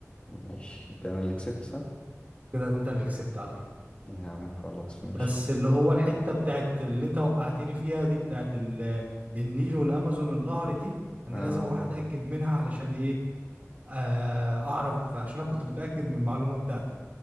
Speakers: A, on the left (about 25°); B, on the right (about 35°).
A: ماشي كده انا اللي كسبت صح
B: كده انت اللي كسبت عليا
A: يا عم خلاص ماشي
B: بس اللي هو الحتة بتاعت اللي انت وقعتني فيها دي بتاعت ال- النيل والامازون النهر دي انا
A: آه
B: لازم اروح اتاكد منها علشان ايه آه، اعرف عشان انا كنت متاكد من المعلومة بتاعتي